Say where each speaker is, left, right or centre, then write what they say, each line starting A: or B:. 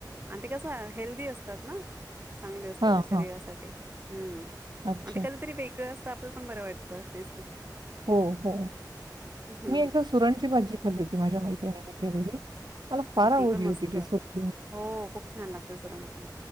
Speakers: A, on the right; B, on the right.
A: आणि ते कसं हेल्दी असतात ना चांगले असतात
B: हां,
A: त्या शरीरासाठी
B: हां.
A: हम्म
B: अच्छा.
A: आणि ते कधीतरी वेगळं आपला पण बरं वाटतं ते
B: हो हो
A: हम्म
B: मी एकदा सुरणची भाजी खाल्ली होती माझ्या मैत्रिणीनी केलेली मला फार
A: अ
B: आवडली
A: ती पण मस्त
B: होती ती सुरणाची भाजी.
A: हो खूप छान लागते सुरण पण